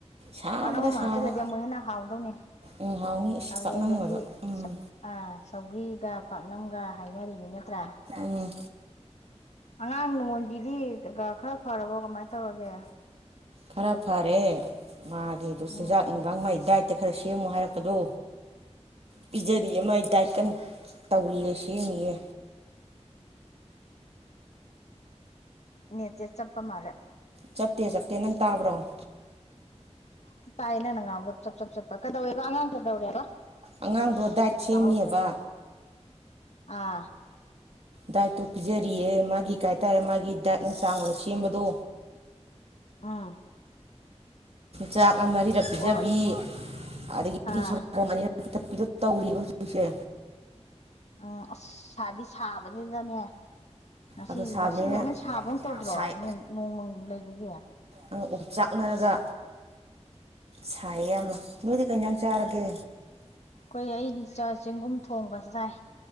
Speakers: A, on the right (about 60°); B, on the left (about 70°).
A: ꯁꯥꯕꯗ
B: ꯄꯥꯥꯛꯅꯝ ꯑꯃ
A: ꯁꯥꯕ
B: ꯍꯞꯆꯤꯜ ꯂꯗꯤ ꯑꯃꯨꯛ ꯍꯦꯟ ꯅꯥ ꯍꯥꯎ ꯗꯣꯅꯤ
A: ꯎꯝ ꯍꯥꯎꯅꯤ ꯑꯁ
B: ꯀꯥꯂꯦꯟꯗꯗꯤ
A: ꯄꯥꯛꯅꯝꯒꯗꯣ ꯎꯝ
B: ꯑꯥꯥ ꯁꯧꯒ꯭ꯔꯤ ꯒ ꯄꯥꯛꯅꯝꯒ ꯍꯥꯏꯅꯔꯤꯃꯤꯅꯤꯅ ꯇ꯭ꯔꯥ
A: ꯎꯝ
B: ꯑꯉꯥꯡ ꯅꯣꯟꯕꯤꯗꯤ ꯇꯦꯉꯥ ꯈꯔ ꯐꯔꯕꯣ ꯀꯃꯥꯏꯅ ꯇꯧꯔꯒꯦ
A: ꯈꯔ ꯐꯔꯦ ꯃꯥꯒꯤ ꯗꯣꯁꯤꯖꯥꯛ
B: ꯎꯝ
A: ꯅꯨꯡꯕꯥꯛ ꯃꯥꯏ ꯗꯥꯏꯠ ꯑ ꯈꯔ ꯁꯦꯝꯃꯣ ꯍꯥꯏꯔꯛꯄꯗꯣ ꯄꯤꯖꯔꯤꯌꯦ ꯃꯥꯏ ꯗꯥꯏꯠ ꯀꯟꯅ ꯇꯧꯔꯤꯌꯦ ꯁꯦꯝꯃꯤꯌꯦ
B: ꯅꯦ ꯆꯦ ꯆꯞꯄꯥ ꯃꯜꯂꯦ
A: ꯆꯞꯇꯦ ꯆꯞꯇꯦ ꯅꯪ ꯇꯥꯕ꯭ꯔꯣ
B: ꯇꯤꯠ ꯇꯥꯌꯦ ꯅꯪꯅꯥ ꯉꯥꯡꯕ ꯆꯞ ꯆꯞ ꯆꯞꯄ ꯀꯩꯗꯧꯋꯦꯕ ꯑꯉꯥꯡ ꯀꯩꯗꯧꯔꯦꯕ
A: ꯑꯉꯥꯡꯗꯣ ꯗꯥꯏꯠ ꯁꯦꯝꯃꯤꯑꯕ
B: ꯇꯥꯍꯧꯗ꯭ꯔꯦ ꯑꯥ
A: ꯗꯥꯏꯠꯇꯣ ꯄꯤꯖꯔꯤꯌꯦ ꯃꯥꯒꯤ ꯀꯩ ꯍꯥꯏꯇꯥꯔꯦ ꯃꯥꯒꯤ ꯗꯥꯏꯠꯅ ꯆꯥꯡ ꯑꯣꯏꯅ ꯁꯦꯝꯕꯗꯣ
B: ꯑꯥ
A: ꯖꯥꯠ ꯃꯔꯤꯔꯛ ꯄꯤꯖꯕꯤ
B: ꯑꯣ
A: ꯑꯗꯒꯤꯗꯤ
B: ꯑꯥ
A: ꯁꯪꯒꯣꯝ ꯑꯅꯤꯔꯛ ꯄꯤꯊꯛꯄꯤꯗ ꯇꯧꯔꯤꯕ ꯍꯧꯖꯤꯛ ꯁꯦ
B: ꯑꯥ ꯑꯁ ꯁꯥꯗꯤ ꯁꯥ ꯕꯅꯤꯅꯅꯦ ꯉꯁꯤ
A: ꯑꯗꯣ ꯁꯥꯕꯅꯤꯅ
B: ꯉꯁꯤꯅꯤ ꯑꯃꯨꯛ ꯁꯥꯕꯒꯨꯝ ꯇꯧꯗ꯭ꯔꯣ
A: ꯁꯥꯏ
B: ꯅꯣꯡꯃꯪ ꯂꯩꯕꯒꯤ
A: ꯑꯪ ꯑꯣꯝ ꯆꯥꯛꯅꯔꯒ ꯁꯥꯏꯌꯦ ꯌꯥꯝꯅ ꯅꯣꯏꯗꯤ ꯀꯪ ꯑꯦꯟꯁꯥꯡ ꯆꯔꯒꯦ
B: ꯑꯩꯈꯣꯏ ꯑꯩꯗꯤ ꯆꯦꯡꯒꯨꯝ ꯊꯣꯡꯕ ꯆꯥꯏ